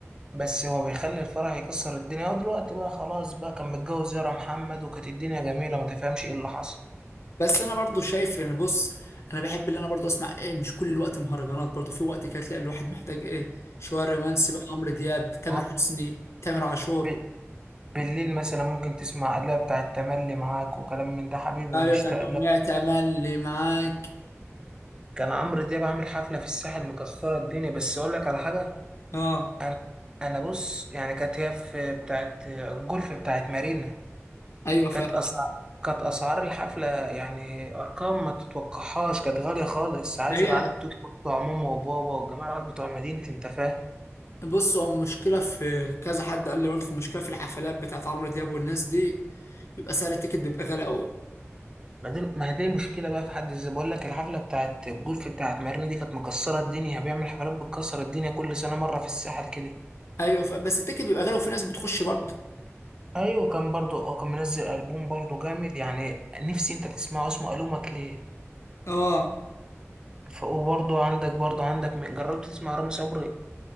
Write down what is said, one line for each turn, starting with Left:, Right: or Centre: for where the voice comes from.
Right: بس هو بيخلي الفرح يكسر الدنيا هو دلوقتي بقى خلاص بقى كان متجوز يارا محمد وكانت الدنيا جميله ما تفهمش ايه اللي حصل
Left: بس انا برضو شايف ان بص انا بحب اللي انا برضو اسمع ايه مش كل الوقت مهرجانات برضو في وقت كده تلاقي الواحد محتاج ايه شويه رومانسي بقى عمرو دياب تامر
Right: ما
Left: حسني تامر عاشور
Right: هو بالليل مثلا ممكن تسمع آلة بتاعة تملي معاك وكلام من ده حبيبي
Left: ايوه
Right: بشتاق
Left: بتاعت اغنيه
Right: لك
Left: تملي معاك
Right: كان عمرو دياب عامل حفلة في الساحل مكسرة الدنيا بس أقول لك على حاجة
Left: اه
Right: أنا أنا بص يعني كانت هي في بتاعة الجولف بتاعة مارينا
Left: ايوه فاهم
Right: كانت أسعار كانت أسعار الحفلة يعني أرقام ما تتوقعهاش كانت غالية خالص عايز
Left: هي
Right: العيال التوت بتوع ماما وبابا والجماعة العيال بتوع مدينتي أنت فاهم
Left: بص هو المشكله في كذا حد قال لي برضو في المشكله في الحفلات بتاعت عمرو دياب والناس دي بيبقى سعر التيكت بيبقى غالي قوي
Right: بعدين ما هي دي مشكلة بقى في حد ذاتها بقول لك الحفلة بتاعت الجولف بتاعت مارينا دي كانت مكسرة الدنيا بيعمل حفلات بتكسر الدنيا كل سنة مرة في الساحل كده
Left: ايوه ف... بس التيكت بيبقى غالي وفي ناس بتخش برضه
Right: ايوه كان برضو اه كان منزل ألبوم برضو جامد يعني نفسي انت تسمعه اسمه ألومك ليه
Left: اه
Right: ف- وبرضو عندك برضو عندك م- جربت تسمع رامي صبري